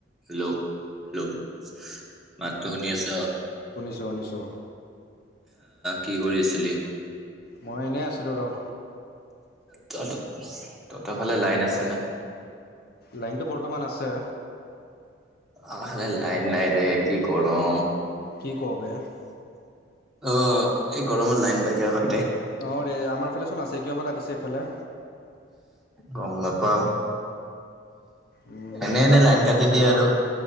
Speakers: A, in the centre; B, on the left.
A: Hello hello মাতো শুনি আছ?
B: শুনিছো শুনিছো।
A: কি কৰি আছিলি?
B: মই এনেই আছিলোঁ ৰ'হ।
A: তহঁত তহঁত ফালে লাইন আছে না?
B: লাইনটো বৰ্তমান আছে।
A: আমাৰফালে লাইন নাই দে কি গৰম।
B: কি ক বে!
A: অ', এই গৰমত লাইন বা কিয় কা
B: অ', ৰে আমাৰফালে চোন আছে কিয় বা কাটিছে সেইফালে।
A: গম নাপাও।
B: উম
A: এনে
B: বেয়া
A: এনে
B: গৰম
A: লাইন কাটি
B: পৰিছে
A: দিয়ে
B: ন
A: আৰু